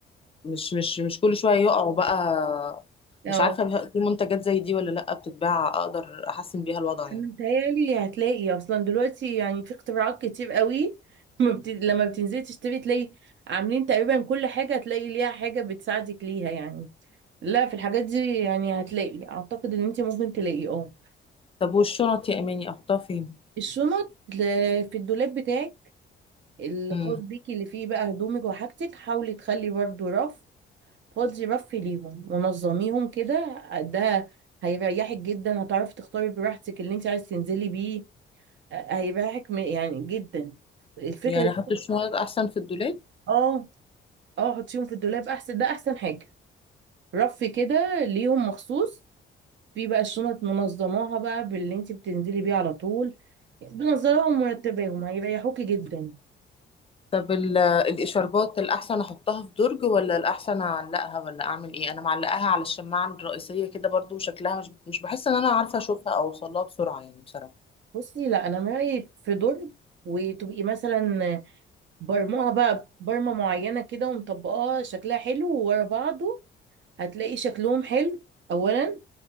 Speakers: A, on the left; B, on the right.
A: مش مش مش كل شوية يقعوا بقى
B: اه
A: مش عارفة بقى في منتجات زي دي ولا لأ بتتباع أقدر أحسن بيها الوضع يعني
B: انا متهيألي هتلاقي اصلا دلوقتي يعني في اختراعات كتير قوي <laughs> ما بت... لما بتنزلي تشتري تلاقي عاملين تقريبا كل حاجة هتلاقي ليها حاجة بتساعدك ليها يعني لا في الحاجات دي يعني هتلاقي اعتقد ان انت ممكن تلاقي اه
A: طب والشنط يا إماني أحطها فين؟
B: الشنط ل- في الدولاب بتاعك الخاص
A: امم
B: بيكي اللي فيه بقى هدومك وحاجتك حاولي تخلي برضه رف فاضي رف ليهم ونظميهم كده ده هيريحك جدا هتعرفي تختاري براحتك اللي انت عايز تنزلي بيه هيبقى حكمة يعني جدا الفكرة
A: يعني
B: دي
A: أحط الشنط أحسن في الدولاب
B: اه اه حطيهم في الدولاب احسن ده احسن حاجة رف كده ليهم مخصوص في بقى الشنط منظماها بقى باللي انت بتنزلي بيه على طول بنظراهم ومرتباهم هيريحوكي جدا
A: طب ال- الاشاربات الاحسن احطها في درج ولا الاحسن اعلقها ولا اعمل ايه انا معلقاها على الشماعه الرئيسيه كده برضو شكلها مش مش بحس ان انا عارفه اشوفها او اوصلها بسرعه يعني بصراحه
B: بصي لا انا من رأيي في درج وتبقي مثلا برموها بقى برمة معينة كده ومطبقاها شكلها حلو وورا بعضه هتلاقي شكلهم حلو اولا